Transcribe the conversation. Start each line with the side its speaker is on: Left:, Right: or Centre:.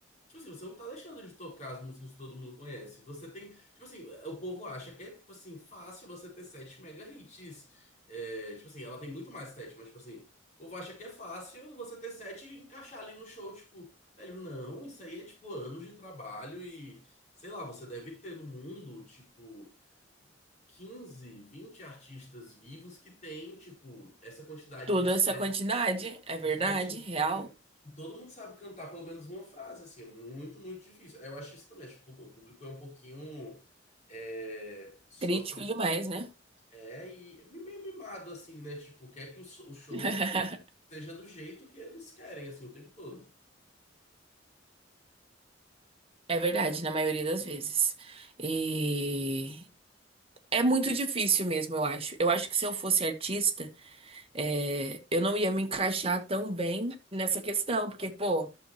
Left: Tipo assim, você não tá deixando de tocar as músicas que todo mundo conhece. Você tem. Tipo assim, o povo acha que é, tipo assim, fácil você ter sete mega hits. É, tipo assim, ela tem muito mais sete, mas, tipo assim, o povo acha que é fácil você ter sete e encaixar ali no show. Tipo, velho, não, isso aí é, tipo, anos de trabalho e. Sei lá, você deve ter no mundo, tipo, 15 20 artistas vivos que tem, tipo, essa quantidade
Right: Toda
Left: de set
Right: essa quantidade, é verdade,
Left: de sete
Right: real,
Left: que, eu- que todo mundo sabe cantar pelo menos uma frase, assim, é muito, muito difícil. Eu acho isso também, acho que o público é um pouquinho é, sofre,
Right: crítico demais, né?
Left: é e meio mimado, assim, né? Tipo, quer que o, so- o show
Right: <laughs>
Left: seja do jeito que eles querem, assim, o tempo todo.
Right: É verdade, na maioria das vezes. E é muito difícil mesmo, eu acho. Eu acho que se eu fosse artista, é, eu não ia me encaixar tão bem nessa questão, porque, pô